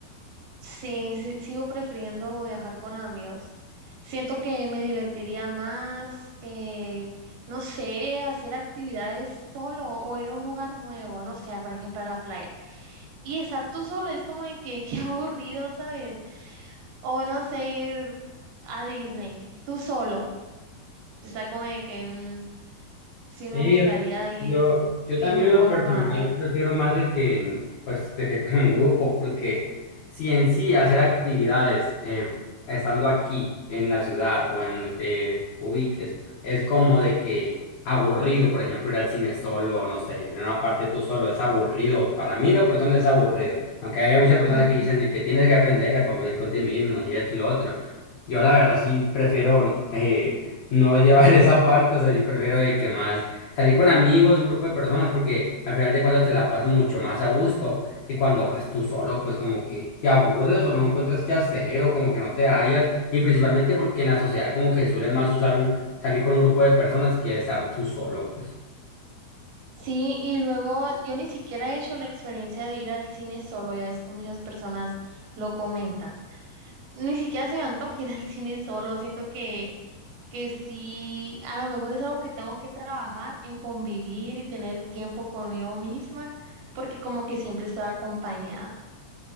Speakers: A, on the right; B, on the left.
A: Sí, sí, sigo prefiriendo viajar con amigos. Siento que me divertiría más que, no sé, hacer actividades solo o ir a un lugar nuevo, no sé, por ejemplo, a la playa. Y estar tú solo es como de que, <laughs> qué aburrido, ¿sabes? O no sé, ir a Disney, tú solo. Está como de que mm, sí me
B: Sí,
A: gustaría
B: yo,
A: ir
B: yo,
A: en
B: yo también
A: grupo
B: en lo personal
A: con amigos.
B: prefiero más de que, en- pues, de que <laughs> con un grupo, porque si en sí hacer actividades eh, estando aquí en la ciudad o en donde te ubiques es como de que aburrido, por ejemplo, ir al cine solo, no sé, ir a una parte tú solo, es aburrido. Para mí lo personal es aburrido, aunque haya muchas personas
A: Ujú.
B: que dicen de que tienes que aprender a convivir con ti mismo y esto y lo otro. Yo la verdad sí prefiero... eh, no llevar <laughs> esa parte, o sea, sí prefiero de que más salir con amigos, un grupo de personas, porque al final de cuentas te la pasas mucho más a gusto que cuando vas tú solo, pues como que te aburres o no encuentras qué hacer o como que no te hallas, y principalmente porque en la sociedad como que se suele más usar un, salir con un grupo de personas que estar tú solo, pues.
A: Sí, y luego yo ni siquiera he hecho la experiencia de ir al cine solo, ya ves que muchas personas lo comentan. Ni siquiera se me antoja <laughs> ir al cine solo, siento que, que sí, a lo mejor es algo que tengo que trabajar en convivir y tener tiempo conmigo misma, porque como que siempre estoy acompañada.